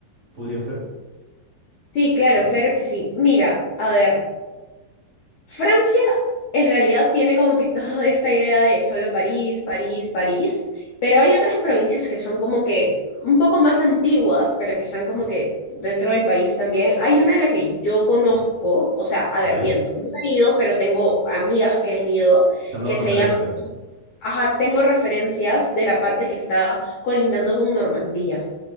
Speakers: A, on the right; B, on the left.
A: podría ser.
B: Sí, claro, claro que sí. Mira, a ver. Francia en realidad tiene como que toda esta idea de solo París, París, París, pero hay otras provincias que son como que un poco más antiguas, pero que están como que dentro del país también. Hay una a la que yo conozco, o sea, a
A: ¿vale?
B: ver, miento, no he ido, pero tengo amigas que han ido,
A: Te han dado
B: que
A: referencias.
B: se llama, ajá, tengo referencias de la parte que está colindando con Normandía.